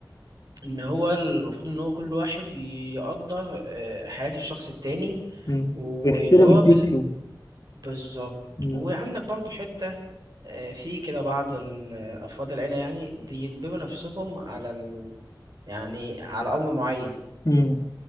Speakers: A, on the right; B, on the left.
A: إن هو المفروض إن هو كل واحد يقدر آه، حياة الشخص التاني
B: مم.
A: واللي
B: بيحترم
A: هو
B: فكره
A: من بالظبط
B: مم.
A: وعندك برضو حتة آه، في كده بعض ال- أفراد العيلة يعني بيجبروا نفسهم على ال... يعني على أمر معين
B: مم.